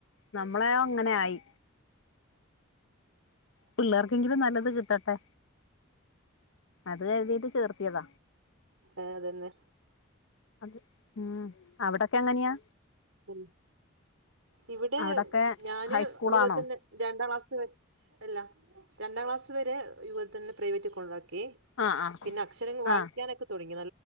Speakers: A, on the left (about 70°); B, on the right (about 75°).
A: നമ്മളെയോ അങ്ങനെയായി പിള്ളാർ ന്തെങ്കിലും നല്ലത് കിട്ടട്ടെ അത് കര്തീട്ട് ചേർത്തിയത
B: ആഹ് അതന്നെ
A: അത് ഉം അവിടൊക്കെ എങ്ങന്ന്യാ?
B: ഉം ഇവിടെ
A: അവിടൊക്കെ
B: ഞാന്
A: ഹൈസ്കൂളാണോ
B: അത്പോലെതന്നെ രണ്ടാം ക്ലാസ്സ് അല്ല. രണ്ടാം ക്ലാസ് വരെ ഇതുപോലെ തന്നെ പ്രൈവറ്റ് കൊണ്ടാക്കി
A: ആഹ് ആഹ്
B: പിന്നെ അക്ഷരങ്ങള് വായിക്കാനൊക്കെ
A: ആഹ്
B: തൊടങ്ങി.